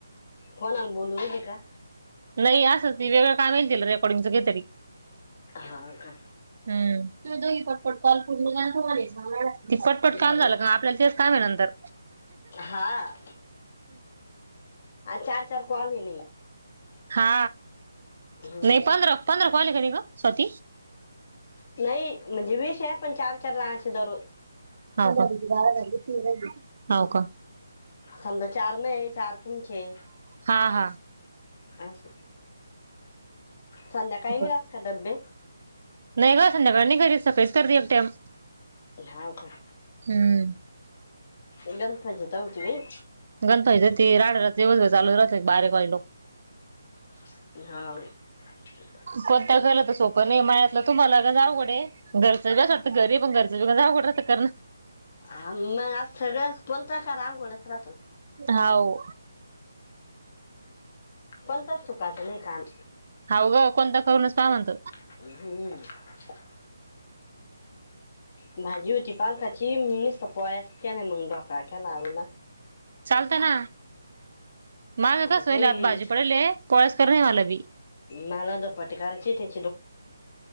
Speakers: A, on the left (about 40°); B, on the right (about 55°).
A: फोनला बोलूली का
B: नाही असं नाही वेगळं काम येईल ते रेकर्डिंगचं काही तरी
A: हा का
B: म दघी पटपट काल पूर्ण का त पटपट
A: बरं.
B: काम झालं का आपल्याला ते काम नंतर
A: हा चार चार कॉल नाही
B: हा
A: हम्म.
B: नाही पंधरा पंधरा कॉल ख ग स्वात
A: नाही म्हणजे विष आहे पण चार चार लानाचे दरू
B: ह हो का
A: समजा चार नाही चार तुमचे
B: हा हा
A: अस संध्याकाळी नाही
B: बर.
A: राात का डबे
B: नाही ग संध्याकाळ नाही घरी सकाळीच करते एकटाम
A: हव का
B: हम्म
A: लंग फजताव तुम्ही
B: गणपती ते राड चाू राहात बरे काळी लोक
A: ह
B: कोणत गलं तर सोपं नाही माया्यातलं तुम्हाला का जाऊघडे घरचं ब असं वाटतं घरी पण घरचं बीघ जावठत करण
A: आम मग आज सगळ्या बोलताय का रामगोडस रा तो
B: होा
A: पणता सुकाचं नाही काम
B: ह ग कोणता करूनच पाहा म्हणत
A: ह भाजी होती पालकाची खची म मस् पोळी च केली नाही मग ढोकळायची केला नाग
B: चालत ना माझ आताच
A: आणि काही
B: वेल आत भाजी पडेली कोोळ्यास कर नाही मला बी
A: मला ज पट कयची